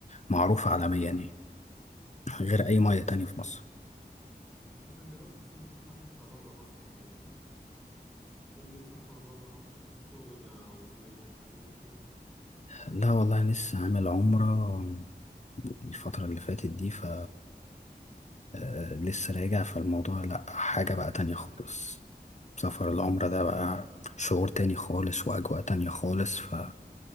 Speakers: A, on the left (about 45°); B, in the centre.
A: معروفة عالميا يعني غير أي مية تانية في مصر
B: يعني مثلا جربت أصلا تطلع حتة برا مصر يعني أي سفر برا مصر سواء شغل أو سياحة أي حاجة
A: لا والله لسه عامل عمرة الفترة اللي فاتت دي ف آه لسه راجع فالموضوع لأ حاجة بقى تانية خالص سفر العمرة ده بقى شعور تاني خالص وأجواء تانية خالص فلا